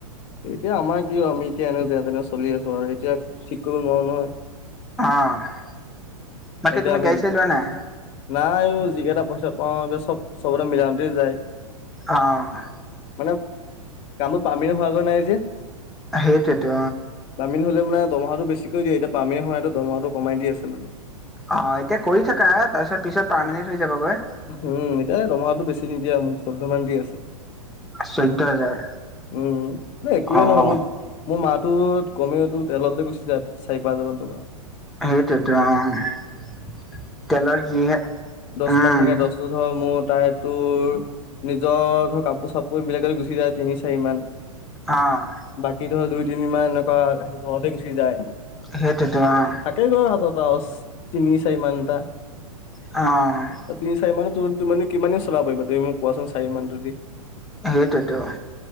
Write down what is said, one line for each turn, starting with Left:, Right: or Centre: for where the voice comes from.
Left: এতিয়া আমাৰ কি আমি এতিয়া এনে যেনে তেনে চলি আছো আৰু এতিয়া ঠিক কৰিব নোৱাৰো নহয়।
Centre: অ' বাকী
Left: এতিয়া
Centre: তুমি
Left: আমি
Centre: গাড়ী চাড়ি লোৱা নাই।
Left: নাই যিকেইটা পইচা পাওঁ এইব চ'ব চবতে মিলাওতে যায়।
Centre: অ'
Left: মানে কামটোৰ পাৰমেনেন হোৱগৈ নাই যে।
Centre: সেইটোৱে টো
Left: পামিনেন হ'লে মানে দমহাটো বেছিকৈ দিয়ে, এতিয়া পামিনেন হোৱাৰ নাই দমহাটো কমাই দি আছে মানে
Centre: অ' এতিয়া কৰি থাকা তাৰপিছত পিছত পাৰ্মেন্ট হৈ যাবগৈ।
Left: উম, এতিয়া দমহাটো বেছি নিদিয়া মোক চৈধ্য মান দি আছে।
Centre: চৈধ্য হাজাৰ
Left: উম, ন একোৱেই
Centre: অ
Left: নহয় মোৰ। মোৰ মাহটো কমিওতো তেলতে গুচি যায় চাৰি পাঁচ হাজাৰ মান টকা।
Centre: সেইটোৱে টো তেলৰ যিহে
Left: দচ
Centre: উম
Left: মান থাকে দহটো ধৰ মোৰ তাই তোৰ। নিজৰ ধৰ কাপোৰ চাপোৰ এইবিলাকে গুচি যায় তিনি চাৰি মান।
Centre: অ'
Left: বাকী ধৰ দুই তিনি মাহ এনেকুৱা ঘৰতে গুচি যায়।
Centre: সেইটোৱেটো অ'।
Left: থাকে গৈ হাতত তিনি চাৰি মান এটা।
Centre: অ'
Left: তিনি চাৰি মান তুমি কিমানেই চলাব পাৰিবা তুমি মোক কোৱাচোন চাৰি মানটো।
Centre: সেইটোতো